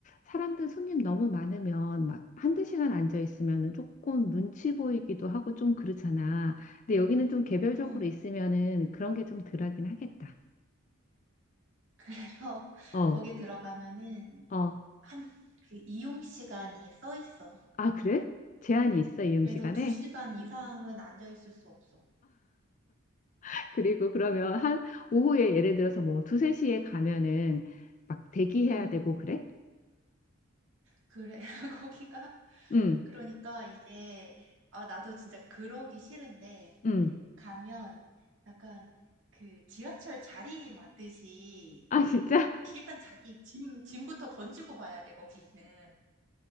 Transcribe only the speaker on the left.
사람들 손님 너무 많으면 막 한두 시간 앉아 있으면은 조금 눈치 보이기도 하고 좀 그렇잖아. 근데 여기는 좀 개별적으로
있으면은 그런 게 좀 덜하긴 하겠다.
어,
어.
아, 그래? 제한이 있어, 이용
시간에?
<laughs> 그리고 그러면 한 오후에 예를 들어서 뭐 두세 시에 가면은 막 대기해야
되고 그래?
응,
응.
아,
진짜?